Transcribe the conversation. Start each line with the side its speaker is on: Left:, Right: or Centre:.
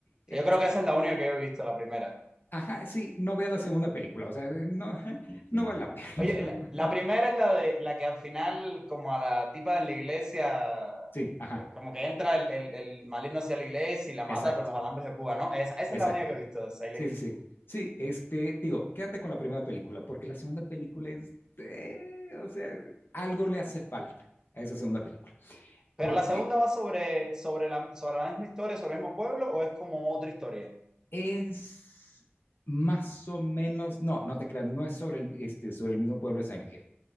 Left: eh,
Right: Yo creo
Left: está-
Right: que esa es la única que yo he visto, la primera.
Left: ajá, sí, no veas la segunda película. O sea, eh, no, <laughs> no vale la pena.
Right: Oye, la,
Left: <laughs>
Right: la primera es la de la que al final, como a la tipa de la iglesia,
Left: Sí, ajá,
Right: eh, como que entra el, el, el maligno hacia la iglesia y la mata
Left: exacto,
Right: con los alambres de púa, ¿no? Esa, esa
Left: exacto.
Right: es la única que he visto de Silent
Left: Sí, sí,
Right: Hill.
Left: sí. Sí, este, digo, quédate con la primera película, porque la segunda película es, eh, o sea, algo le hace falta a esa segunda película.
Right: Pero
Left: Porque
Right: la segunda va sobre, sobre la, sobre la misma historia, sobre el mismo pueblo, o es como otra historia.
Left: Es más o menos, no, no te creas, no es sobre el, este, sobre el mismo pueblo de Silent Hill.